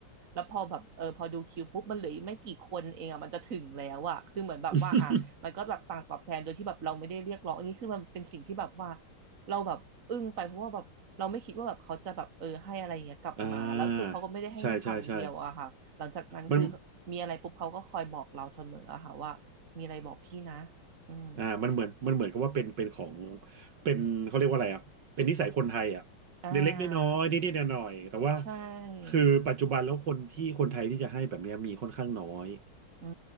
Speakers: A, on the right; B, on the right.
A: แล้วพอแบบเออพอดูคิวปุ๊บมันเหลืออีกไม่กี่คนเองอ่ะมันจะถึงแล้วอ่ะคือเหมือนแบบว่าอ่ะมันก็แบบต่างตอบแทนโดยที่แบบเราไม่ได้เรียกร้องอันนี้คือมันเป็นสิ่งที่แบบว่า
B: <laughs>
A: เราแบบอึ้งไปเพราะว่าแบบเราไม่คิดว่าแบบเขาจะแบบเออให้อะไรอย่างเงี้ยกลับมาแล้วคือเขาก็ไม่ได้ให้แค่ครั้งเดียวอะค่ะหลังจากนั้นคือมีอะไรปุ๊บเขาก็คอยบอกเราเสมออะค่ะว่ามีอะไรบอกพี่นะ
B: อ่าใช่ใช่ใช่มัน
A: อืม
B: อ่ามันเหมือนมันเหมือนกับว่าเป็นเป็นของเป็นเขาเรียกว่าอะไรอ่ะเป็นนิสัยคนไทยอ่ะเล็กๆน้อยๆนิดๆหน่อยๆแต่ว่า
A: อ่าใช่
B: คือปัจจุบันแล้วคนที่คนไทยที่จะให้แบบเนี้ยมีค่อนข้างน้อย
A: อื